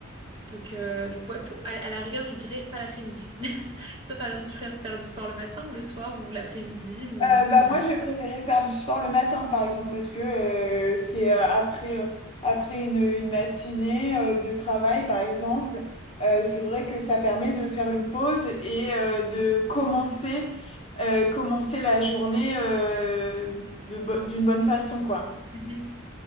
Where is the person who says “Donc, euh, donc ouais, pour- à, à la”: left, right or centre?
Right